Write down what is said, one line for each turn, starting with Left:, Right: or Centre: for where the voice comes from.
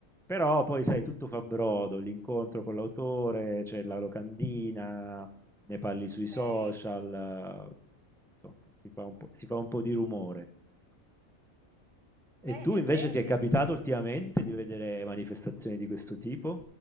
Centre: Però poi sai, tutto fa brodo, l'incontro con l'autore, c'è la locandina, ne parli sui social,
Right: ok.
Centre: eh, insomma, si fa un po', si fa un po' di rumore. ecco.
Right: Bene,
Centre: E tu invece
Right: bene.
Centre: ti è capitato ultimamente di vedere manifestazioni di questo tipo?